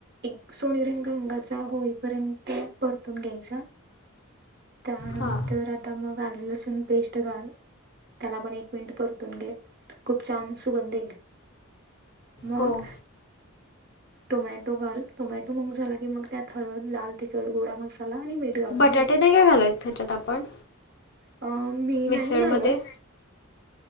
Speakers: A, on the right; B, on the left.
A: एक सोनेरी रंगाचा होईपर्यंत परतून घ्यायचा. त्यानंतर,
B: हां
A: आता मग आलं-लसूण पेस्ट घाल. त्यालाही एक मिनिट परतून घे, खूप छान सुगंध येईल मग.
B: हो
A: टोमॅटो घाल. टोमॅटो मग झाला की, मग त्यात हळद, लाल तिखट, गोडा मसाला आणि मीठ घालून
B: बटाटे
A: घे.
B: नाही काय <unintelligible> आपण
A: अ मी
B: मिसळमध्ये
A: नाही घालत,